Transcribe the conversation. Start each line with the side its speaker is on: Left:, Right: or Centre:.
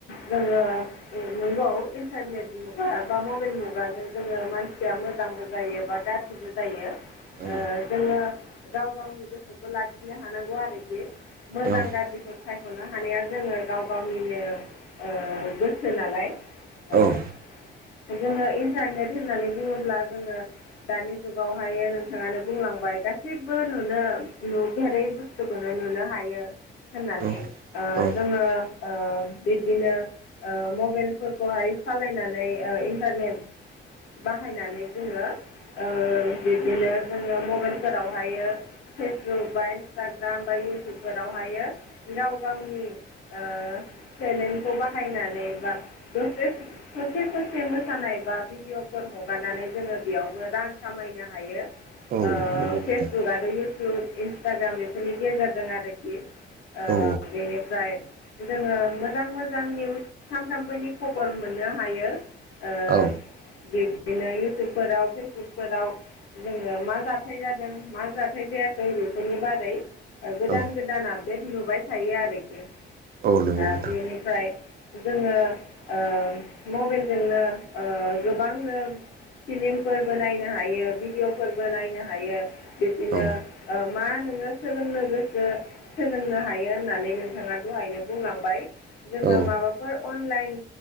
Left: जोङो ओ नोंगौ इन्टारनेट मुगा बा मबेल मुगाजों जोङो मानसिया मोजांबो जायो बा गाज्रिबो जायो
Right: औ
Left: ओ जोङो गाव गावनि गोसोखौ लाखिनो हानांगौ आरोखि। मोजां
Right: औ
Left: गाज्रिखौ साय साख'नो हानाया जोङो गाव गावनिनो ओ गोसो नालाय।
Right: औ
Left: ओ जोङो इन्टारनेट होननानै बुङोब्ला जोङो दानि जुगावहायो नोंथाङानो बुंलांबाय गासैबो नुनो नुफेरै बुस्थु खौनो नुनो हायो होननानै
Right: औ
Left: ओ
Right: औ
Left: जोङो ओ बिब्दिनो ओ मबेलफोरखौहाय सालायनानै ओ इन्टारनेट बाहायनानै जोङो ओ बिब्दिनो जोङो मबेलफोरावहायो फेसबुक बा इन्सटा ग्राम बा इउटुबफोरावहाय गाव गावनि ओ टेलेन्टखौ बाहायनानै बा दसे ससे ससे मोसानाय बा भिडिय'फोर हगारनानै जोङो बेयावबो रां खामायनो हायो ओ
Right: औ नंगौ नोंथां
Left: फेसबुक आरो इउ टुब इन्सटाग्राम बेफोरनि गेजेरजों आरोखि ओ
Right: औ
Left: बेनिफ्राय जोङो मोजां मोजां निउस सानथामबोनि खबर मोननो हायो ओ
Right: औ
Left: बिब्दिनो इउटुबफोराव फेसबुकफोराव जोङो मा जाथाय जादों मा जाथाय जायाखै बेफोरनि बारै गोदान
Right: औ
Left: गोदान आपडेट नुबाय थायो आरोखि ओ
Right: औ नंगौ नोंथां
Left: बेनि फ्राय जोङो ओ मबेलजोंनो ओ गोबांनो फिलिमफोरबो नायनो हायो भिडिअफोरबो नायनो हायो बिब्दिनो
Right: औ
Left: ओ मा नोङो सोलोंनो गोसो सोलोंनो हायो होननानै नोंथाङा दहायनो बुंलांबाय जोङो
Right: औ
Left: माबाफोर अनलाइन